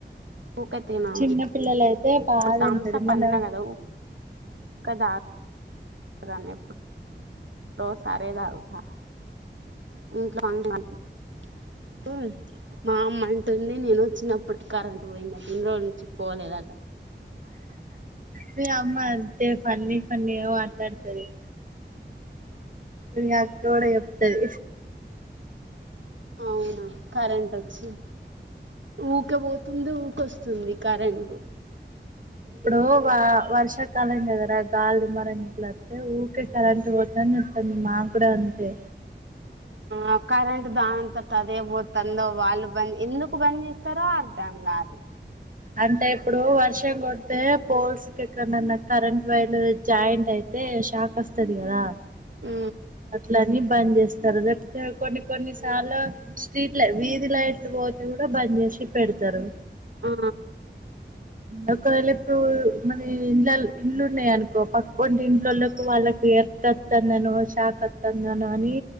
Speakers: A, on the right (about 80°); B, on the right (about 45°).
A: ఊకా తిను
B: చిన్న పిల్లలయితే బాగా
A: థామ్సాప్
B: తింటారు మన
A: అన్న కదా ఊ కదా కానీ ఎప్పుడు ఎప్పుడో ఒకసారి తాగుతా ఇంట్లో ఉన్నప్పుడు మా అమ్మ అంటుంది నేను వచ్చినప్పుడు కరెంట్ పోయింది ఆట ఇన్ని రోజుల నుంచి పోలేదట
B: మీ అమ్మ అంతే ఫన్నీ ఫన్నీ మాట్లాడుతది ఇంగ అక్క కూడా చెప్తది
A: అవునా కరెంట్ వచ్చి ఊకే పోతుంది ఊకే వస్తుంది కరెంటు
B: ఇప్పుడు వా వర్షాకాలం కదరా గాలి దుమారం గిట్ల వత్తే ఊకె కరెంట్ పోతాంది వత్తాంది మా కూడా అంతే
A: ఆ కరెంట్ దాని అంతటా ఆదే పోతుందో వాళ్ళు బంద ఎందుకు బంద్ చేస్తారో అర్థం కాదు
B: అంటే ఇప్పుడు వర్షం కొడితే పోల్స్ ఎక్కడన్నా కరెంట్ వైర్లు జాయింట్ అయితే షాక్ వస్తది కదా
A: ఉ
B: అట్లని బంద్ చేస్తారు కొన్ని కొన్ని సార్లు స్ట్రీట్ ల వీధి లైట్లు పోతే కూడా బంద్ చేసి పెడతారు
A: ఆ
B: ఒకవేళ ఎప్పుడు మన ఇండ్ల ఇల్లు ఉన్నాయి అనుకో పక్కపోంటి ఇండ్లలో లకి వాళ్ళకి తత్తన్న షాక్ అత్తంది తందనో అని